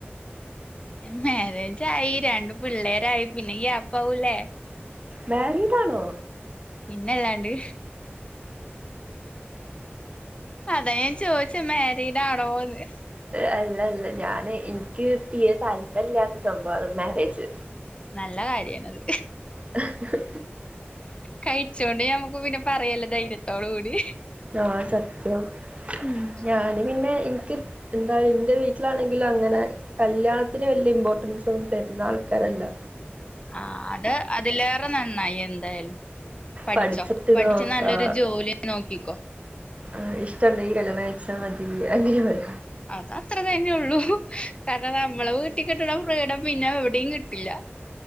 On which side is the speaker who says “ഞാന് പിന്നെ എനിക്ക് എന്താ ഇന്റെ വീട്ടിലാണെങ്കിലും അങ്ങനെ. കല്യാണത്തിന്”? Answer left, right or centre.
Right